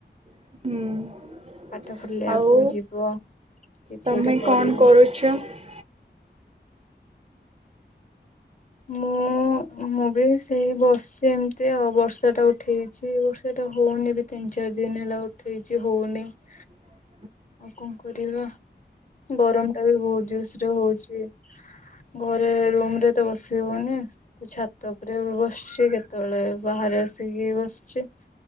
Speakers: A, on the right; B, on the left.
A: ହୁଁ।
B: ପାଠ ପଢିଲେ ଆଗକୁ
A: ଆଉ
B: ଯିବ କିଛି
A: ତମେ
B: ଗୋଟେ
A: କଣ
B: କରିବୁ।
A: <unintelligible>
B: ମୁଁ ମୁଁ ବି ସେଇ ବସିଛି ଏମିତି ଆଉ ବର୍ଷାଟା ଉଠେଇଛି ବର୍ଷା ଟା ହଉନି ବି। ତିନି ଚାରି ଦିନି ହେଲା ଉଠେଇଛି ହଉନାହିଁ।
A: <unintelligible>
B: ଆଉ କଣ କରିବା ଗରମ ଟା ବି ବହୁତ ଜୋସରେ ହଉଛି। ଘରେ ରୁମ ରେ ତ ବସି ହବନି। ଛାତ ଉପରେ ବସିଚି କେତେବେଳେ ବାହାରେ ଆସିକି ବସିଛି।